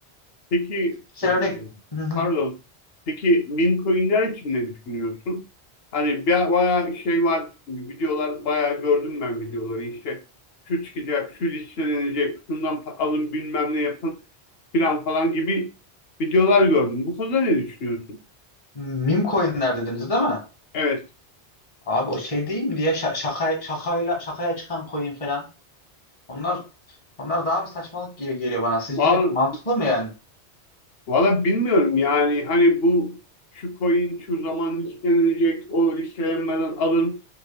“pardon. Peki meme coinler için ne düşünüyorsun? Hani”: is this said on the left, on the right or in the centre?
Left